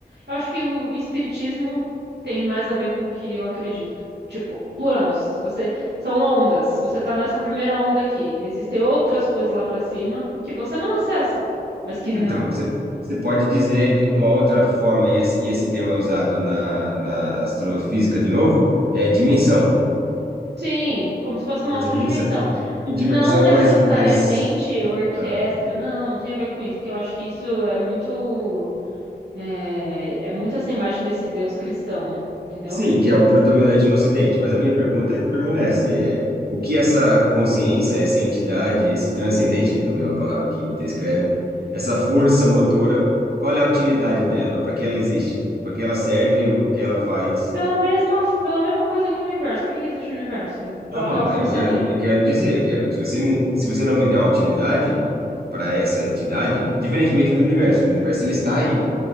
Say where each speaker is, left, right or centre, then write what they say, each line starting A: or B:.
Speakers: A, on the right; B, on the right.
A: Eu acho que o, o espiritismo tem mais a ver com o que eu acredito. Tipo, planos. Você são ondas. Você está nessa primeira onda aqui. Existem outras coisas lá para cima que você não acessa, mas que
B: Não, Então, você, você pode dizer de uma outra forma, e esse, e esse termo é usado na, na astrofísica de novo, é dimensão.
A: Sim, como se fosse uma
B: Pode
A: outra
B: ser dimensão.
A: dimensão.
B: E
A: Não
B: dimensão,
A: necessariamente
B: mas, mas
A: orquestra,
B: ah,
A: não, não tem a ver com isso, porque eu acho que isso é muito, é, é muito essa imagem desse Deus cristão, entendeu?
B: sim, que é o predominante no Ocidente. Mas a minha pergunta ainda permanece. É, o que essa consciência, essa entidade, esse transcendente, que também é uma palavra que descreve, essa força motora, qual é a utilidade dela? Para que ela existe? Para que ela serve? O que ela faz?
A: Pela mesma, pela mesma coisa que o universo. Por que que existe o universo?
B: Não,
A: Qual
B: não,
A: que é a função
B: eu quero,
A: dele?
B: eu quero dizer, eu quero que se você me, se você não me der uma utilidade para essa entidade, diferentemente do universo, o universo ele está aí.